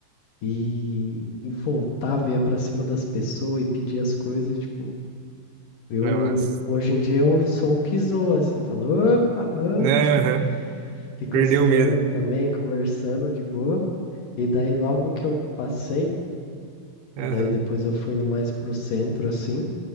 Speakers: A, on the left; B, on the right.
A: e, e voltava, ia pra cima das pessoas e pedia as coisas, e, tipo. Eu,
B: Nossa.
A: hoje em dia eu sou o que zoa, assim, falo, opa, bom,
B: Aham.
A: <laughs> fico
B: Perdeu
A: zoando
B: o medo.
A: também, conversando de boa. E daí logo que eu passei,
B: Aham.
A: daí depois eu fui no mais pro centro, assim,